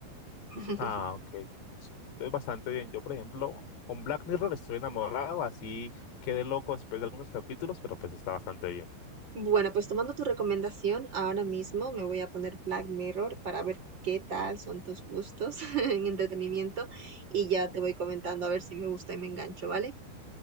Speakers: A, on the right; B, on the left.
A: <laughs>
B: Ah, ok. Estoy bastante bien. Yo, por ejemplo, con Black Mirror estoy enamorado, así quedé loco después de algunos capítulos, pero pues está bastante bien.
A: Bueno, pues tomando tu recomendación, ahora mismo me voy a poner Black Mirror para ver qué tal son tus gustos <laughs> en entretenimiento y ya te voy comentando a ver si me gusta y me engancho, ¿vale?